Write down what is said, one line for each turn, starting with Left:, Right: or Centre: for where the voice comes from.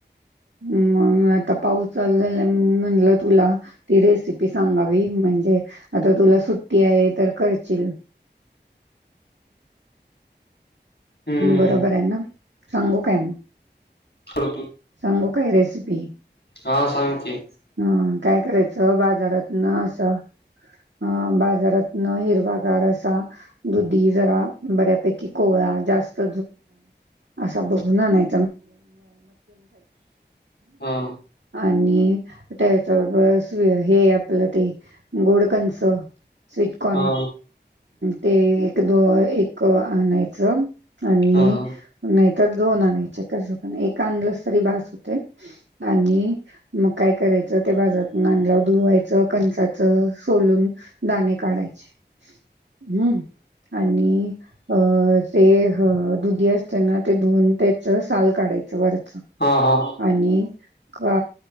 Right: हम्म आता पाऊस चाल म्ह तुला ती रेसिपी सांगावी म्हणजे आता तुला सुट्टी आहे तर करशील
Left: हम्म
Right: बरोबर आहे ना सांगू काय मग
Left: खर तू
Right: तांंगु काही रेसिपी
Left: हा सां की
Right: ह काय करायचं बाजारात न असं अ बाजारात हिरवागार असा दुधी जरा बऱ्यापैकी कोळा जास्त अस ब आणय
Left: हा
Right: आणि त्याच्याब हे आपलं ते गोडकंच स्वीटकॉर्न
Left: हा
Right: ते एक द एक आणायचं आणि
Left: हा हा
Right: नाही तर दोन आणायचे कस पण एक आणलंस तरी भास होते आणि मग काय कराय बाजात धुवायचं कंचाच सोलून दाणे काढायचे हम्म आणि अ ते अ दुधी असतेना ते धुवून त्याच साल काढायचं वच
Left: हा हा
Right: आणि का